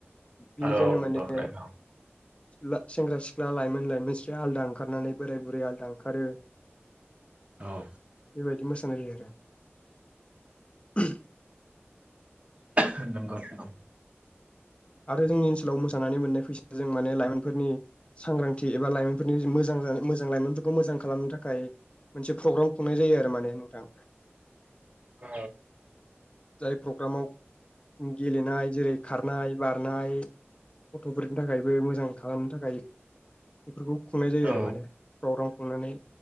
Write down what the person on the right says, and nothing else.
औ औ
नंगौ
औ
<unintelligible> नंगौ नोंथां
औ
औ